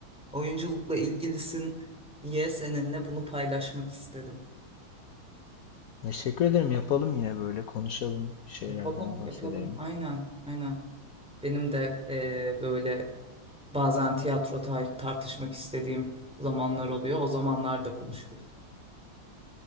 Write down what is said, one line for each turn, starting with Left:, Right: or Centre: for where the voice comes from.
Centre: oyunculukla ilgilisin diye seninle bunu paylaşmak istedim.
Left: Teşekkür ederim. Yapalım yine böyle. Konuşalım. Bir şeylerden
Centre: Yapalım,
Left: bahsedelim.
Centre: yapalım. Aynen, aynen. Benim de eee, böyle bazen tiyatro tar- tartışmak istediğim zamanlar oluyor. O zamanlar da konuşuruz.